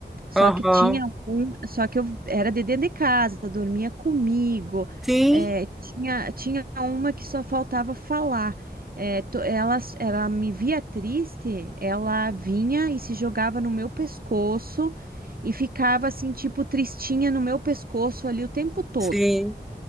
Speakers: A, on the right; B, in the centre.
A: Só
B: Aham.
A: que tinha um, só que eu era de dentro de casa, dormia comigo.
B: Sim,
A: É, tinha, tinha uma que só faltava falar. É, to- ela, ela me via triste, ela vinha e se jogava no meu pescoço e ficava assim, tipo, tristinha no meu pescoço ali o tempo todo,
B: sim,